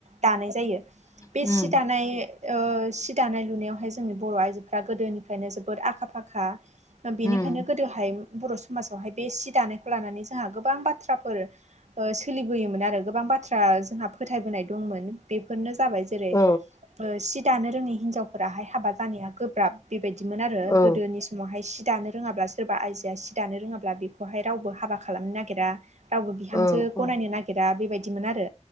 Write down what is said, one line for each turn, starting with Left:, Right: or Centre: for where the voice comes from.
Right: दानाय जायो बे
Left: उम
Right: सि दानाय सि दानाय लुनायावहाय जोंनि बर' आइजोफ्रा गोदोनिफ्रायनो जोबोद आखा फाखा बेनिखायनो
Left: उम
Right: गोदोहाय बर' समाजावहाय बे सि दानायखौ लानानै जोंहा गोबां बाथ्रा फोर सोलिबोयोमोन आरो गोबां बाथ्रा जोंहा फोथायबोनाय दंमोन बेफोरनो जाबाय जेरै
Left: औ
Right: सि दानो रोङै हिनजावखौ फोराहाय हाबा जानाया गोब्राब बेबायदिमोन आरो
Left: औ
Right: गोदोनि सम समावहाय सि दानो रोङाब्ला सोरबा आयजोआ सि दानो रोङाब्ला बेखौहाय रावबो हाबा खालामनो नागिरा रावबो बिहामजो
Left: औ
Right: गनायनो
Left: औ
Right: नागिरा बेबायदिमोन आरो